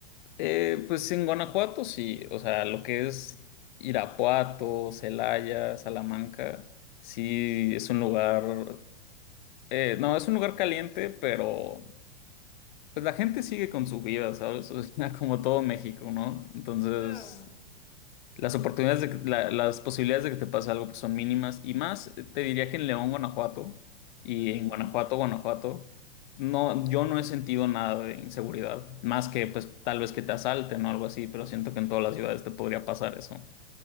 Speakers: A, on the left; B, on the left.
A: eh, pues en Guanajuato sí, o sea, lo que es Irapuato, Celaya, Salamanca, sí es un lugar, eh, no, es un lugar caliente, pero pues la gente sigue con su vida, ¿sabes? <laughs> O sea, como todo México,
B: Sí.
A: ¿no? Entonces,
B: Claro,
A: Las oportunidades de que- la- las posibilidades de que te pase algo pues, son mínimas y más eh, te diría que en León, Guanajuato y
B: ujú,
A: en Guanajuato, Guanajuato, no, yo no he sentido nada de inseguridad, más que pues tal vez que te asalten o algo así, pero siento que en todas las ciudades te podría pasar eso.